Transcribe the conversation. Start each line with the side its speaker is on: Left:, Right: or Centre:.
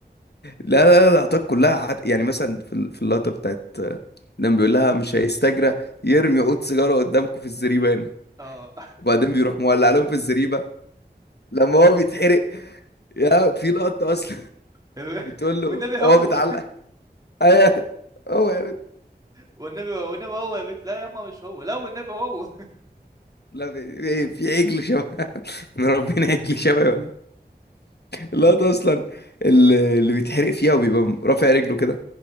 Left: لا لا لا اللقطات كلها حت... يعني مثلا في ال- في اللقطة بتاعت آه، لما بيقول لها مش هيستجرى يرمي عود سيجارة قدامكم في الزريبة هنا
Right: اه
Left: وبعدين بيروح مولع لهم في الزريبة لما هو بيتحرق يا في لقطة أصلا
Right: <laughs>
Left: بتقول له
Right: والنبي هو
Left: هو متعلق أيوه هو يا بت...
Right: والنبي هو والنبي هو يا بنت لا يا اما مش هو لا والنبي هو
Left: لا في, في عجل شبه <laughs> مربينا عجل شبه ولا اللقطة
Right: <laughs>
Left: أصلا اللي, اللي بيتحرق فيها وبيبقى رافع رجله كده